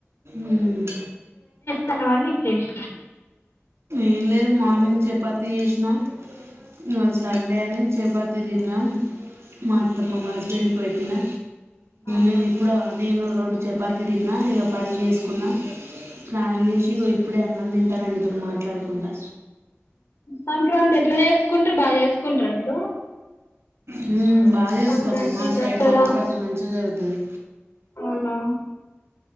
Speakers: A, on the right; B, on the left.
A: మ్మ్.
B: తనవన్నీ చేస
A: ఏం లేదు మార్నింగ్ చపాత చేసినాం ఇవాళ సండే అని చపాతి తిన్నాం మా అత్తమ్మ మా హస్బెండ్కి పెట్టినా
B: అవునా
A: నేను ఇప్పుడు నేను రెండు చపాతి తిన్నా ఇక పని చేసుకున్న స్నానం చేసి ఇగో ఇప్పుడ అన్నం తింటానా ఇరు మాట్లాడకుండా
B: సంక్రాంతి ఎట్ల చసుకుంటారు బాగా చేసుకుంటారు మీరు
A: హ బాగా చేస్తాం
B: సంక్రాంతి
A: మా సైడ్
B: దసరా
A: సంక్రాంతి మంచిగా జరుగుతుంది
B: అవునా